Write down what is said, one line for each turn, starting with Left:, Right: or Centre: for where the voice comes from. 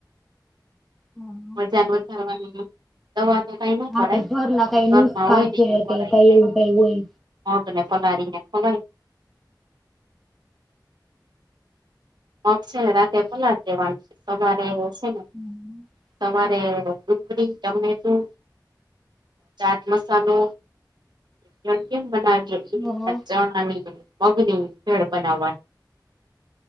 Centre: હમ્મ
Right: વજન વધારવાની દવા તો કઈ નો
Centre: હા
Right: કરાય,
Centre: કે ઘરના કઈ
Right: જે ઘરમાં
Centre: નુસ્ખા
Right: હોય ને
Centre: છે
Right: એવું કરાય
Centre: કે કઈ
Right: કઈક
Centre: એવું કઈ હોય
Right: મગને પલાળીને ખવાય મગ છે ને રાતે પલાળી દેવાનું, સવારે છે ને
Centre: હમ
Right: સવારે ડુંગળી, ટમેટું ચાટ મસાલો કેમ કેમ બનાવિએ એ રીતના
Centre: ઓહો
Right: ચણાની, મગની ભેળ બનાવવાની.